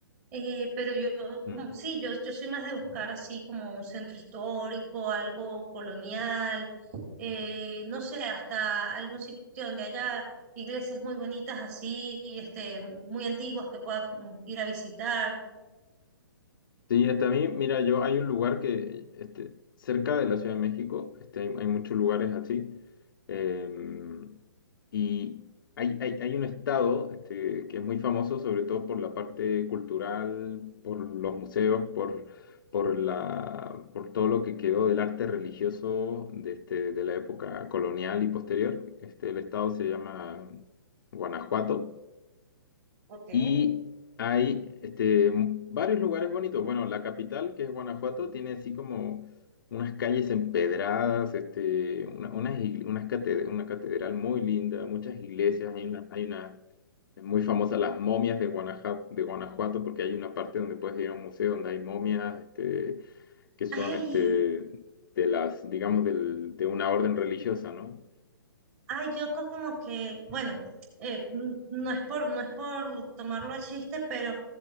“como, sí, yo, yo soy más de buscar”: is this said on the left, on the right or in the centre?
Right